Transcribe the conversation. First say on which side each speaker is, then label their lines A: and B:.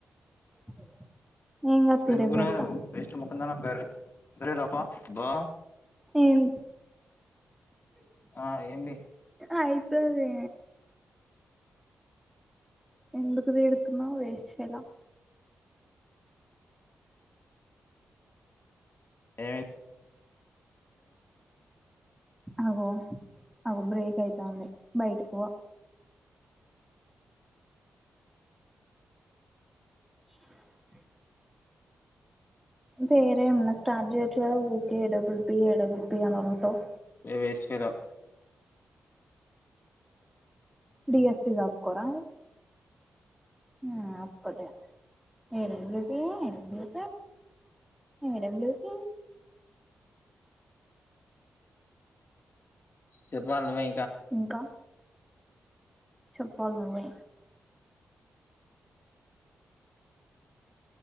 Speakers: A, in the centre; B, on the left.
A: <inaudible> తీ
B: ఎందుకు
A: రేపు
B: ఉనావు
A: పెడతా
B: ఎ నువ్వు వేస్ట్ మొ బర బరలపా బా
A: ఏం
B: ఆ ఏంది
A: అయితది ఎందుకు తీడుతున్నా వేస్ట్ ఫెలో
B: ఏ
A: అగొ అగో బ్రేక్ అయితాంది. బయటికి పో. <inaudible> వేరే ఏమైనా స్టార్ట్ చేయొచ్చు కదా ఊకే డబ్బులు పీ డబ్బులు పీ అని మొరుగుతావ్
B: ఏ వేస్ట్ ఫెల్లో
A: డిఎస్పి సదువుకోరా ఆ అక్కట ఏడెబ్ పడె ఏడ ప
B: చెప్పలీ నువ్వే
A: ఇంకా చెప్పలి నువ్వే